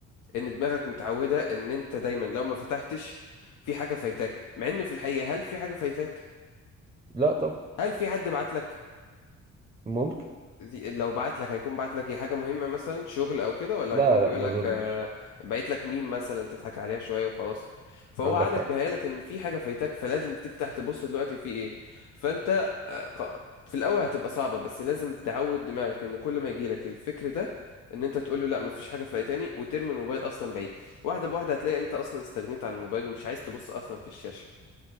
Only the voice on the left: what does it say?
ان دماغك متعوده ان انت دايما لو ما فتحتش في حاجه فايتاك مع ان في الحقيقه هل في حاجه فايتاك
هل في حد بعت لك
دي لو بعت لك هيكون بعت لك ايه حاجة مهمة مثلا شغل او كده ولا
هيكون
بيقول
لك
آه، بعت لك ميم مثلا تضحك عليها شوية وخلاص فهو
عقلك
بيهيألك ان في حاجة فايتاك فلازم تفتح تبص دلوقتي في ايه فانت ق- في الاول هتبقى صعبة بس لازم تعود دماغك ان كل ما يجيلك الفكر ده ان انت تقول له لا مفيش حاجة فايتاني وترمي الموبايل اصلا بعيد واحدة بواحدة هتلاقي انت اصلا استغنيت عن الموبايل ومش عايز تبص اصلا في الشاشة